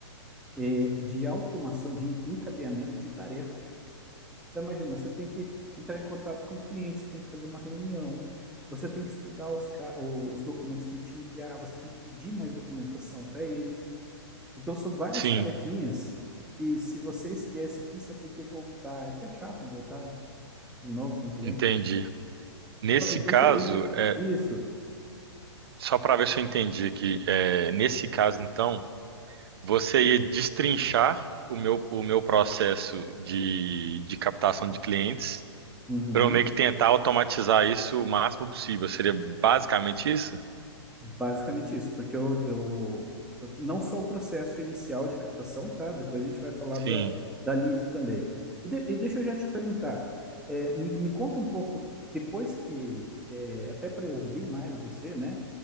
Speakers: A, in the centre; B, on the right.
A: eh, de automação, de encadeamento de tarefa. Então, imagina, você tem que entrar em contato com o cliente, você tem que fazer uma reunião, você tem que estudar os, ca- o- os documentos que ele te enviar, você tem que pedir mais documentação para ele. Então, são várias
B: sim.
A: tarefinhas que, se você esquece aqui, você tem que voltar. É até chato voltar, né? De novo com o cliente.
B: Entendi. Nesse
A: Ó, eu- Deixa
B: caso,
A: eu- e de-
B: é,
A: Isso.
B: Só para ver se eu entendi aqui, é, nesse caso, então, você ia destrinchar o meu, o meu processo de, de captação de clientes
A: Uhum.
B: para eu meio que tentar automatizar isso o máximo possível. Seria basicamente isso?
A: Basicamente isso, porque eu, eu não só o processo inicial de captação, tá? Depois a gente vai falar da,
B: Sim,
A: da lead também. E, de- e deixa eu já te perguntar, é, me, me conta um pouco, depois que, é, até para eu ouvir mais você, né?